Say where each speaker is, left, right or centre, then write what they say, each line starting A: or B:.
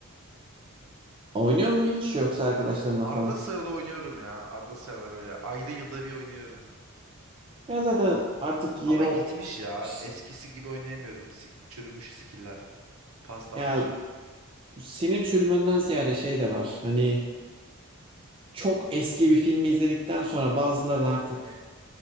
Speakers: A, on the right; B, on the right.
A: oynuyor mu hiç yoksa arkadaşlarına
B: Arada
A: falan?
B: sırada oynuyorum ya. Arada sırada böyle ayda yılda bir oynuyorum.
A: Ya zaten artık yeni
B: Ama
A: o
B: gitmiş ya.
A: ş-
B: Eskisi gibi oynayamıyorum. Si- Çürümüş skill'ler. Paslanmışım.
A: ya senin çürümenden ziyade şey de var. Hani çok eski bir filmi izledikten sonra bazıları da artık